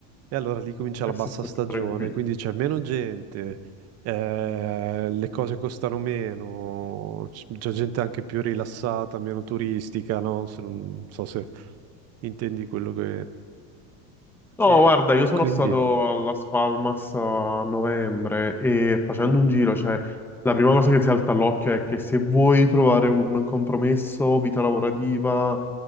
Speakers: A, on the right; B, in the centre.
A: e allora lì comincia la
B: E
A: bassa
B: si sta
A: stagione,
B: più tranquilli.
A: quindi c'è meno gente, eh, le cose costano meno, c- c'è gente anche più rilassata, meno turistica, no? Se non non so se intendi quello che...
B: No,
A: E,
B: guarda,
A: e
B: io sono
A: quindi...
B: stato alla Spalmas a novembre e facendo
A: mm.
B: un giro, cioè, la prima cosa che ti salta all'occhio è che se vuoi trovare un compromesso, vita lavorativa,